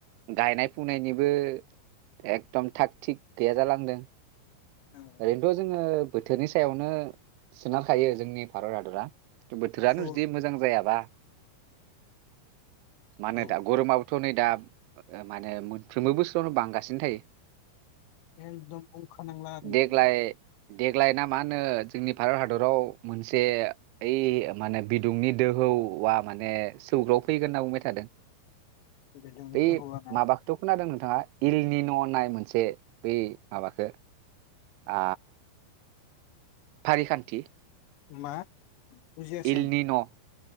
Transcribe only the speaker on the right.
गायनाय फुनायनिबो एकदम थाग थिग गैया जालांदों।
ओरै नोथ‌ जोंङो बोथोरनि सायावनो सोनारखायो जोंनि भारत हादरा बोथोरानो
जुदि मोजां जायाबा मानो
दा गरमा थ नै दा माने मोनफ्रोमबो बोसोरावनो बांगासिनो थायो।
देग्लाय
देग्लाय ना मा होनो जोंनि भारत हादराव मोनसे ओइ माने बिदुंनि दोहौवा माने सौग्राव फैगोन होनना बुंबाय थादों।
बे
माबाखौथ खोनादों नोंथा आ इलनिन होननाय मोनसे बै माबाखो आ फारि खान्थि
एलनिन'